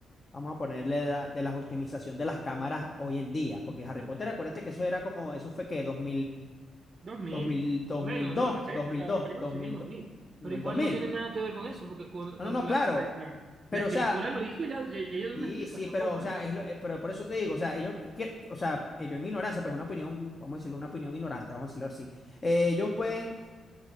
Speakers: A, on the left; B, on the right.
A: vamos a ponerle la- de la optimización de las cámaras hoy en día, porque Harry Potter, acuérdate que eso era como, eso fue que dos dos
B: dos mil
A: dos mil dos
B: Bueno,
A: mil dos,
B: no, la serie,
A: dos
B: la,
A: mil dos
B: la película
A: dos
B: sigue
A: mil
B: en el dos
A: dos
B: mil
A: en
B: Pero
A: el
B: igual
A: dos mil
B: no tiene nada que ver con eso, porque cu-
A: No,
B: cuando,
A: no, no,
B: la,
A: claro,
B: la, la-
A: pero
B: la escritura
A: o sea,
B: lo hizo, ya, ya, ya dio
A: sí,
B: una explicación
A: sí, pero
B: como
A: o sea,
B: es.
A: es lo- eh, pero por eso te digo, o sea, ellos, quier- o sea, ellos en mi ignorancia, pues una opinión, vamos a decirlo, una opinión ignorante, vamos a decirlo así. eh, ellos pueden